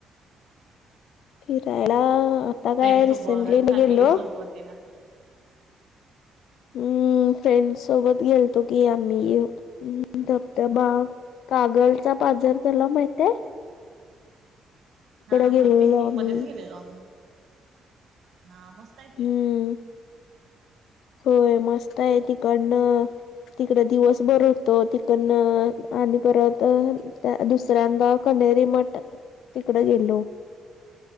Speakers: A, on the left; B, on the right.
A: फिरायला काय
B: फ्रेंड
A: रिसेंटली
B: सोबत
A: मी
B: फॅमिली
A: गेलो
B: सोबत तेना असं
A: हम्म फ्रेंड्स सोबत गेलतो की आम्ही यो उम्म धबधबा कागल चा पाझर तलाव माहितेय?
B: हा
A: गेलेलो
B: माहितीये की
A: आम्ही
B: मध्येच गेलेलो आम्ही हा मस्त आहे ते.
A: हम्म होय मस्तय तिकडनं तिकडे दिवसभर होतो तिकडनं आणि परत हान त्या दुसऱ्यांदा कनेरी मठ तिकड गेलो.